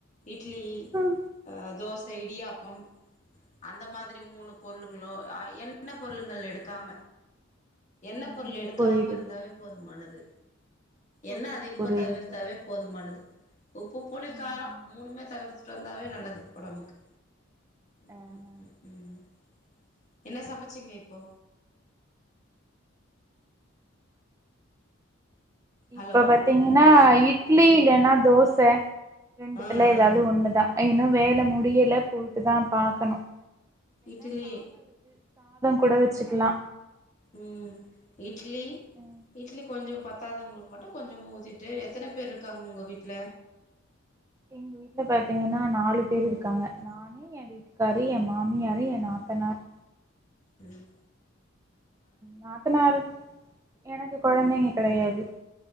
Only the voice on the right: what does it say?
ம்
ம்ஹும்
புரியுது
புரியுது
புரியுது
புரியுது
புரியுது
ம்ஹும்
ஆஹ
இப்ப பாத்தீங்கன்னா இ ட்லி இல்லைனா தோச ரெண்டுத்துல
ஏதாவது
ஒண்ணுதா இன்னு வே முடியல போயிட்டு தான் பாக்கணும்
கூட வச்சுக்கலா
ம்
எங்க வீட்டுல பார்த்தீங்கன்னா நாலு பேர் இருக்காங்க நானு என் வீட்டு க்காரு என் மாமியாரு என் நாத்தனார்
நாத்தனார் எனக்கு குழந்தைங்க கிடையாது